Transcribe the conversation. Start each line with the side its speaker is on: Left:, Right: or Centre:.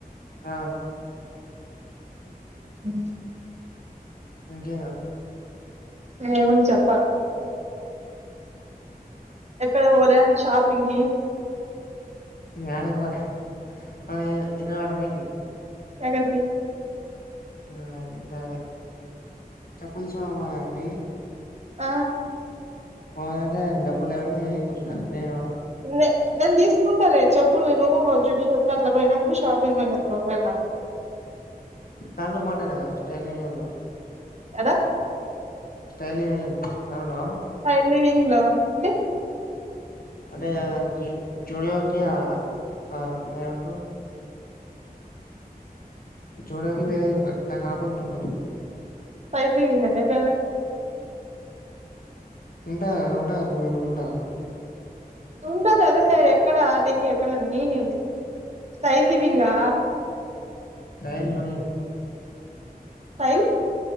Left: ఆ
Right: ఉ
Left: ఇంకేంగా
Right: ఏఉంది చెప్పాల ఎక్కడికి పోలేద షాపింగ్ కి
Left: యాడికో ఆ ఇదో ఆడగంటి
Right: ఎక్కడికి
Left: న్ అదే చెప్పుల తీసుకోడంనికి పోదా అండి
Right: ఆ
Left: అంటే డబ్బులు లేవని ఎక్కి వచ్చిన నేను
Right: నే నేను తీసుకుంటాలే చెప్పు అప్పుడు నేను జూడియోకి అట్లా పోయినప్పుడు షాపింగ్ పోయినప్పుడు ఒక వేళ
Left: తను మాట్లాడే ఇస్తంగానే అన్న
Right: ఎడ
Left: ఫ యూనిన్ బాగున్నావా
Right: <unintelligible> అంటే
Left: అంటే జూడియోకి ఆ దాన్ని ఏమంటారు చూడకి వేరా దాని ఆపోజిట్ ఇంకొకటి
Right: పైలేవినా ఆక్కడ
Left: ఉంటా ఉంటా నేను ఉంట
Right: ఉంటది అదే ఎక్కడ అది ఎక్కడ అని సైల్ దీపింగా
Left: టైని యూనియన్
Right: ఫైవ్